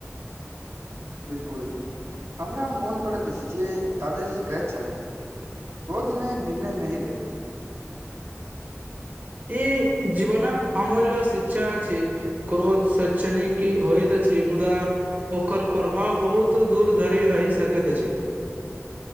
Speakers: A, on the right; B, on the right.
A: बिल्कुल हमरा मोन पड़ैत अछि जे दादाजी कहैत छलै र्रोद मे निर्णय नहि ले
B: ई जीवनक अमूल्य शिक्षा छै क्रोध शैक्षणिकी होइत अछि मुदा ओकर प्रभाव बहुत दूर धरि रहि सकैत अछि